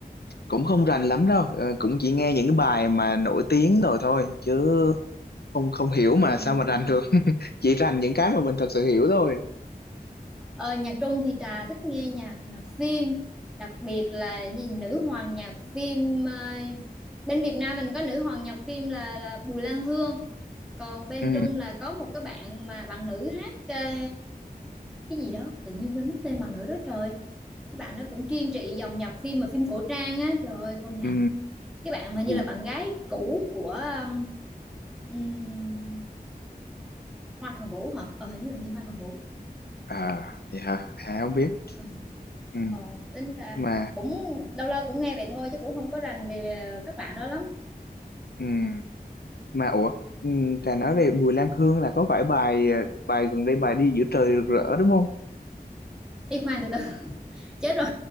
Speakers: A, on the left; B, in the centre.
A: cũng không rành lắm đâu ờ, cũng chỉ nghe những cái bài mà nổi tiếng rồi thôi chứ không không hiểu mà
B: ừ.
A: sao mà rành được <laughs> chỉ rành những cái mà mình thật sự hiểu thôi
B: Ờ, nhạc Trung thì Trà thích nghe nhạc nhạc phim đặc biệt là gì nữ hoàng nhạc phim ờ, bên Việt Nam mình có nữ hoàng nhạc phim là, là Bùi Lan Hương còn bên
A: ừ
B: Trung là có một cái bạn mà bạn nữ hát ờ, cái gì đó tự nhiên quên mất tên bạn nữ đó trời cái bạn đó cũng chuyên trị dòng nhạc phim mà phim cổ trang á trời ơi công nhận
A: ừ
B: cái bạn mà như
A: bùi
B: là bạn gái cũ của um, um, Hoa Thần Vũ hả ờ hình như là như Hoa Thần Vũ
A: à vậy hả Hà không biết
B: Ờ.
A: ừ
B: Ờ, tính ra
A: mà
B: cũng lâu lâu cũng nghe vậy thôi chứ cũng không có rành về về các bạn đó lắm.
A: ừ mà ủa ừ, Trà nói về Bùi Lan Hương là có phải bài ờ, bài gần đây bài đi giữa trời rực rỡ đúng không
B: Đi khoan từ từ <laughs> chết rồi